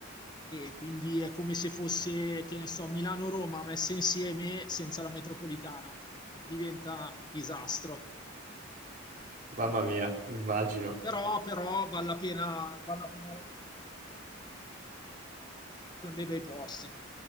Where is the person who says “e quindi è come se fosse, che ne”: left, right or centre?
Left